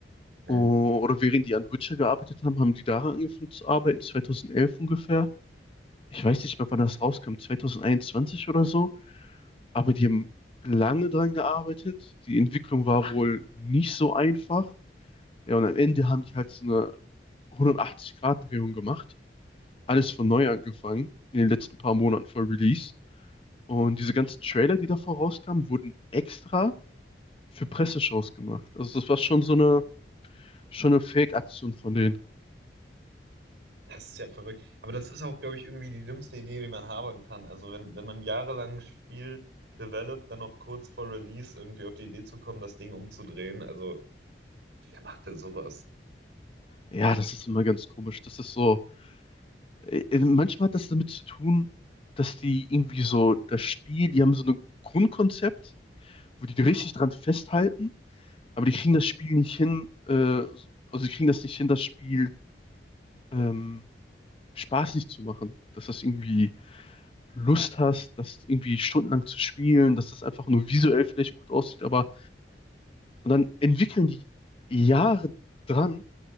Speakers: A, on the right; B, on the left.
A: Mhm.
B: O- Oder während die an Witcher gearbeitet haben, haben die daran angefangen zu arbeiten, 2011 ungefähr. Ich weiß nicht mehr, wann das rauskam, 2021 oder so. Aber die haben lange dran gearbeitet. Die Entwicklung war wohl nicht so einfach. Ja, und am Ende haben die halt so eine 180-Grad-Drehung gemacht. Alles von neu angefangen in den letzten paar Monaten vor Release. Und diese ganzen Trailer, die davor rauskamen, wurden extra für Presseshows gemacht. Also das war schon so eine, schon eine Fake-Aktion von denen.
A: Das ist ja verrückt. Aber das ist auch, glaube ich, irgendwie die dümmste Idee, die man haben kann. Also wenn, wenn man jahrelang ein Spiel developt, dann noch kurz vor Release irgendwie auf die Idee zu kommen, das Ding umzudrehen. Also wer macht denn sowas?
B: Ja, das ist immer ganz komisch. Das ist so, äh, manchmal hat das damit zu tun, dass die irgendwie so das Spiel, die haben so ein Grundkonzept wo die richtig dran festhalten, aber die kriegen das Spiel nicht hin, äh, also die kriegen das nicht hin, das Spiel ähm, spaßig zu machen, dass das irgendwie Lust hast, das irgendwie stundenlang zu spielen, dass das einfach nur visuell vielleicht gut aussieht, aber und dann entwickeln die Jahre dran